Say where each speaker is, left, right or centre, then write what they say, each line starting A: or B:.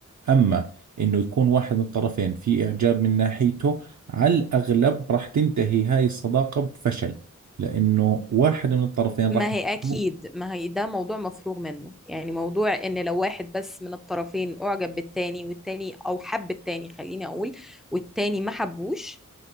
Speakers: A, on the right (about 65°); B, in the centre.
A: أما إنه يكون واحد من الطرفين في إعجاب من ناحيته على الأغلب راح تنتهي هاي الصداقة بفشل لأنه واحد من الطرفين
B: ما
A: راح
B: هي أكيد
A: يحبه،
B: ما هي ده موضوع مفروغ منه يعني موضوع إن لو واحد بس من الطرفين أعجب بالتاني والتاني أو حب التاني خليني أقول والتاني ما حبوش